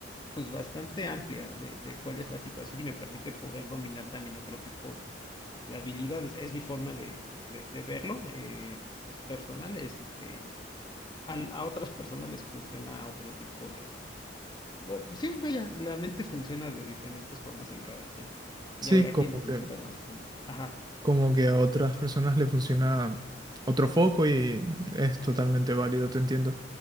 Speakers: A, on the left; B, on the right.
A: pues bastante amplia de, de cuál es la situación y me permite poder dominar también otro tipo de, de habilidades. Es mi forma de, de- de verlo, eh, es personal, este, al- a, otras personas les funciona otro tipo de... o- sí, vaya, la mente funciona de diferentes formas en cada quien. Y
B: Sí,
A: habrá
B: como
A: quienes se
B: que,
A: sientan más como, ajá,
B: como que a otras personas le funciona otro foco y es totalmente válido, te entiendo.